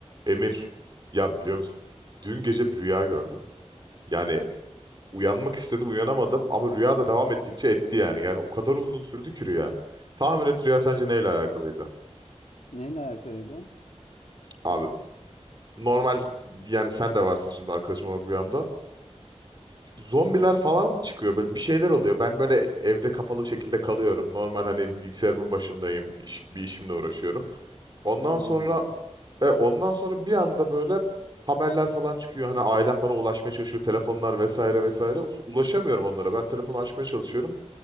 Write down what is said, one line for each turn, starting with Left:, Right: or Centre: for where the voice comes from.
Right: Emir, ya biliyor musun? Dün gece bir rüya gördüm. Yani uyanmak istedim, uyanamadım ama rüya da devam ettikçe etti yani. Yani o kadar uzun sürdü ki rüya. Tahmin et rüya sence neyle alakalıydı?
Left: Neyle alakalıydı?
Right: Abi normal yani sen de varsın şimdi arkadaşım olarak rüyamda. Zombiler falan çıkıyor böyle bir şeyler oluyor. Ben böyle evde kapalı şekilde kalıyorum. Normal hani bilgisayarımın başındayım, iş, bir işimle uğraşıyorum. Ondan
Left: Hmm.
Right: sonra Ve ondan sonra bir anda böyle haberler falan çıkıyor. Hani ailem bana ulaşmaya çalışıyor. Telefonlar vesaire vesaire. Ulaşamıyorum onlara. Ben telefonu açmaya çalışıyorum.